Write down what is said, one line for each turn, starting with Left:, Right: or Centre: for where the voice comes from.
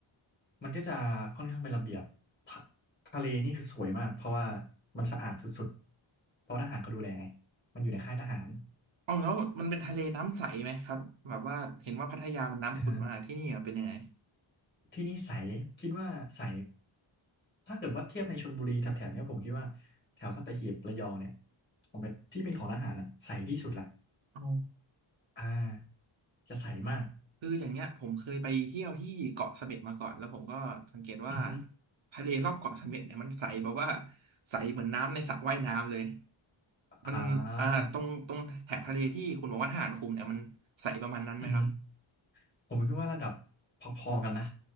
Left: มันก็จะค่อนข้างเป็นระเบียบทะทะเลนี่คือสวยมากเพราะว่ามันสะอาดสุดๆเพราะทหารเขาดูแลไงมันอยู่ในค่ายทหาร
Right: เอาแล้วมันเป็นทะเลน้ำใสไหมครับแบบว่าเห็นว่าพัทยามันน้ำขุ่นมากที่นี่อะเป็นยังไง
Left: อ่าฮะที่นี่ใสคิดว่าใสถ้าเกิดว่าเทียบในชลบุรีแถบๆเนี้ยผมคิดว่าแถวสัตหีบระยองเนี่ยผมเป็นที่เป็นของทหารอ่ะใสที่สุดแหละ
Right: อ๋อ
Left: อ่าจะใสมาก
Right: คืออย่างเงี้ยผมเคยไปเที่ยวที่เกาะเสม็ดมาก่อนแล้วผมก็สังเกตว่า
Left: อือฮึ
Right: ทะเลรอบเกาะเสม็ดเนี่ยมันใสแบบว่าใสเหมือนน้ำในสระว่ายน้ำเลยมันอ่าตรงตรงแถบทะเลที่คุณบอกว่าทหารคุมเนี่ยมันใสประมาณนั้นไหมครับ
Left: อ่าอือฮึผมคิดว่าระดับพอๆกันนะ